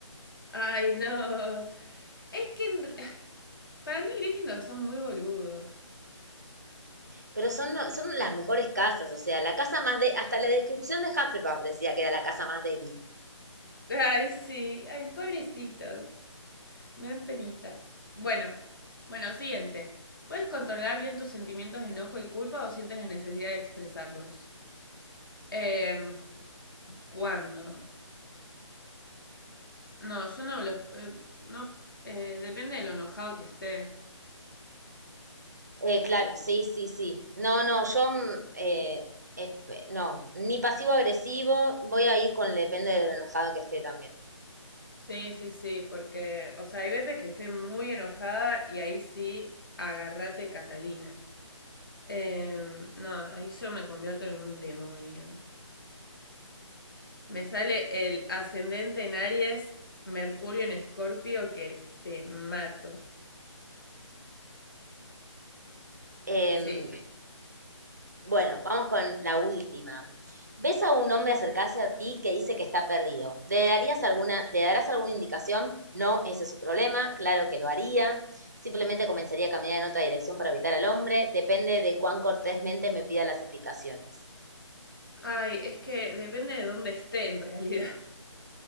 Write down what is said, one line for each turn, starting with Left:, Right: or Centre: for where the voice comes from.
Left: Ay, no. Es que en re- <sighs> para mí Gryffindor son muy boludos.
Right: Pero son, lo- son las mejores casas, o sea, la casa más de... Hasta la descripción de Hufflepuff decía que era la casa más débil.
Left: Ay, sí, ay, pobrecitos. Me dan penita. Bueno, bueno, siguiente. ¿Puedes controlar bien tus sentimientos de enojo y culpa o sientes la necesidad de expresarlos? Eh, ¿Cuándo? No, yo no los... eh, no, eh, depende de lo enojado que esté.
Right: Eh, claro, sí, sí, sí. No, no, yo... mm, eh, esp- no, ni pasivo agresivo, voy a ir con le- depende de lo enojado que esté también.
Left: Sí, sí, sí, porque, o sea, hay veces que estoy muy enojada y ahí sí, agárrate, Catalina. Eh, no, ahí yo me convierto en un demonio. Me sale el ascendente en Aries, Mercurio en Escorpio, que te mato.
Right: Em,
Left: Sí.
Right: Bueno, vamos con la última. ¿Ves a un hombre acercarse a ti que dice que está perdido? ¿Le darías alguna, le darás alguna indicación? No, ese es su problema, claro que lo haría. Simplemente comenzaría a caminar en otra dirección para evitar al hombre. Depende de cuán cortésmente me pida las indicaciones.
Left: Ay, es que depende de dónde esté en realidad.